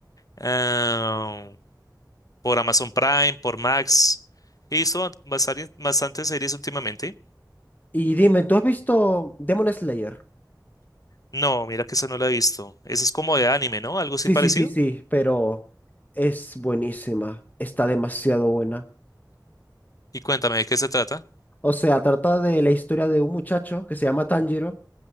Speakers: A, on the left; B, on the left.
A: ah, por Amazon Prime, por Max. He visto bast- bastante, bastantes series últimamente.
B: Y dime, ¿tú has visto Demon Slayer?
A: No, mira que esa no la he visto. Esa es como de anime, ¿no? Algo
B: Sí,
A: así parecido.
B: sí, sí, sí, pero es buenísima, está demasiado buena.
A: Y cuéntame de qué se trata.
B: O sea, trata de la historia de un muchacho que se llama Tanjiro.